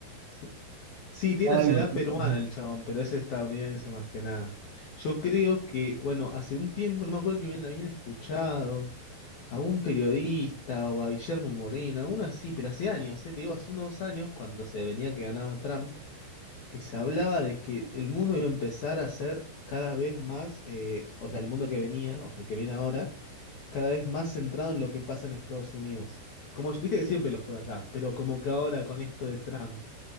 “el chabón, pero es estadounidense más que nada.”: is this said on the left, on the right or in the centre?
Left